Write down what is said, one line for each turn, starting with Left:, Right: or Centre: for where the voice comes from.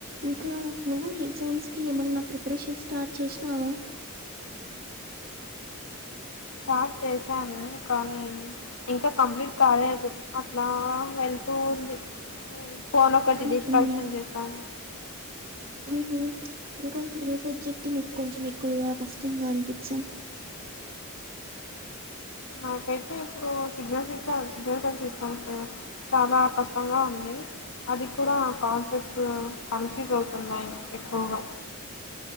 Right: ఇంకా నువ్వు ఎగ్జామ్స్ కి ఏమన్నా ప్రిపరేషన్ స్టార్ట్ చేసినావా?
Left: స్టార్ట్ చేశాను కానీ ఇంకా కంప్లీట్ కాలేదు, అట్లా వెల్ తుంది ఉంది ఫోన్ ఒకటి
Right: అవును
Left: డిస్ట్రాక్షన్ చేస్తాను.
Right: ఉహు ఇంకా ఏ సబ్జెక్ట్ నీకు కొంచెం ఎక్కువగా కష్టంగా అనిపించ
Left: నాకైతే ఇప్పుడు సిగ్నల్స్ ఇస్తా సిగ్నల్స్ అండ్ సిస్టమ్స్ చాలా కష్టంగా ఉంది. అది కూడా కాన్సెప్ట్స్ కన్ఫ్యూజ్ అవుతున్నాయి ఎక్కువగా.